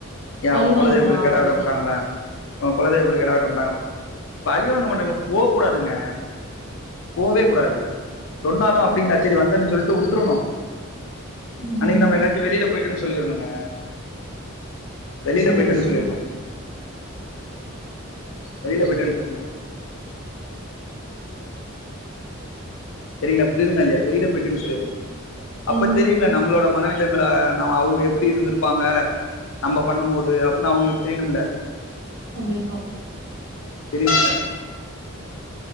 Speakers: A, on the left; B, on the right.
A: ஏ
B: பழி
A: அவங்க
B: வாங்கிக்கலா
A: குலதெய்வ கோவிலுக்கு
B: அப்டின்ட்டு
A: கெடா வெட்ட மாட்டாங்களா உங்க குலதெய்வ கோவிலுக்கு கெடா வெட்ட மாட்டாங் பழிவாங்க மாட்டங்க போ கூடாதுங்க போவே கூடாது சொன்னாலு அப்டிங்களா சரி வந்தர்ன்ன சொல்லிட்டு உட்ரணு
B: ம்
A: அன்னைக்கு நம்ம எங்காச்சு வெளில போயிட்டன்னு சொல்லிரனுங்க வெளில
B: சேரி
A: போயிட்டேன்
B: சேரி
A: சொல்லிர்னு வெளில போயிட்டேன் சொல்லிர்னு செரிங்ளா புரியுதுங்களா இல்லையா வெளியில போயிட்டேனு சொல்லிரனு
B: கண்டிப்பா
A: அப்ப தெரியுங்களா நம்மளோட மன நெல லமேல நம அவ்ங்க எப்டி இருந்திருப்பாங்க நம்ப பண்ணும் போது அப்டின்னு அவங்களுக்கு தெரியணும்ல
B: கண்டிப்பா
A: தெரியனும்ல